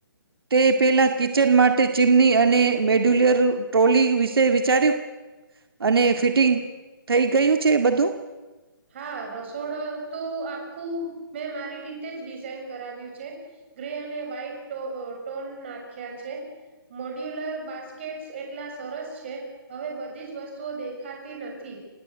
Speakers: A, on the right; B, on the right.
A: તે પેલા કિચન માટે.. માટે ચીમની અને મોડ્યુલર ટ્રોલી વિશે વિચાર્યું અને ફિટિંગ.. થઇ ગયું છે બધું?
B: હા.. રસોડું તો આખું મેં મારી રીતે જ ડિઝાઇન કરાવ્યું છે. ગ્રે અને વ્હાઈટ સ્ટોન નાખ્યા છે મોડ્યુલર બાસ્કેટસ એટલા સરસ છે. હવે બધી જ વસ્તુઓ દેખાતી નથી